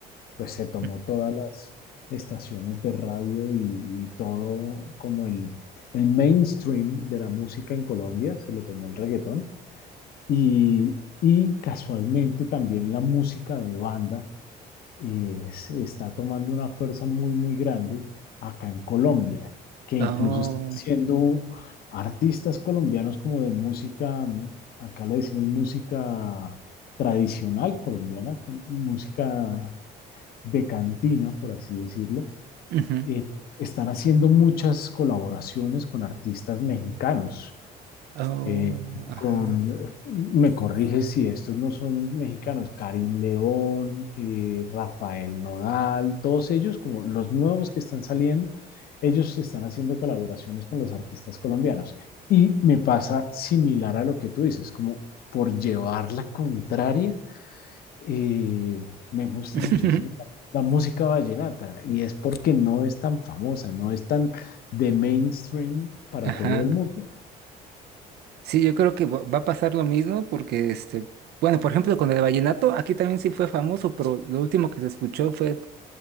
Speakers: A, on the left; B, on the right.
A: pues se tomó
B: mm.
A: todas las estaciones de radio y, y todo como el, el mainstream de la música en Colombia, se lo tomó el reggaetón. Y, y casualmente también la música de banda eh, se está tomando una fuerza muy, muy grande acá en Colombia, que
B: Oh,
A: incluso está haciendo artistas colombianos como de música, mm, acá le decimos música tradicional colombiana, co- música de cantina, por así decirlo.
B: ujú,
A: eh, están haciendo muchas colaboraciones con artistas mexicanos
B: oh,
A: eh,
B: ajá.
A: con, me corriges si estos no son mexicanos, Karim León, eh, Rafael Nodal, todos ellos, como los nuevos que están saliendo, ellos están haciendo colaboraciones con los artistas colombianos. Y me pasa similar a lo que tú dices, como por llevar la contraria, eh, me gusta
B: <laughs>
A: muchísimo la música vallenata y es porque no es tan famosa, no es tan de mainstream para
B: Ajá.
A: todo el mundo.
B: Sí, yo creo que va va a pasar lo mismo porque, este, bueno, por ejemplo, con el vallenato, aquí también sí fue famoso, pero lo último que se escuchó fue